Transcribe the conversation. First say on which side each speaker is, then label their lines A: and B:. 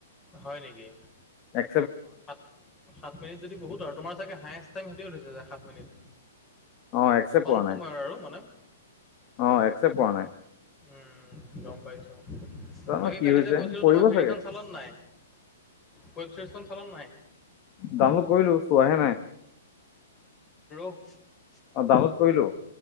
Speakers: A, on the left; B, on the left.
A: হয় নেকি
B: এক
A: সাত, সাত মিনিট যদি বহুত আৰু তোমাৰ চাগে হাইছ টাইম সেইটোৱে থৈছে যে সাত মিনিট,
B: অ, একচেপ্ট
A: ক'ম
B: কৰা
A: সময়ৰ
B: নাই
A: আৰু মানে।
B: অ এসপট কৰা নাই।
A: উম, গ'ম পাইছো,
B: জানো
A: বাকী
B: কি
A: কালি
B: হৈছে
A: যে কৈছিলো
B: কৰিব
A: তোমাক হেৰিখন
B: চাগে
A: চালা নে নাই? ৱেব চিৰিজখন চলান নাই?
B: ডাউনলোড কৰিলো চোৱাহে নাই
A: <unintelligible>
B: অ ডাউনলোড কৰিলো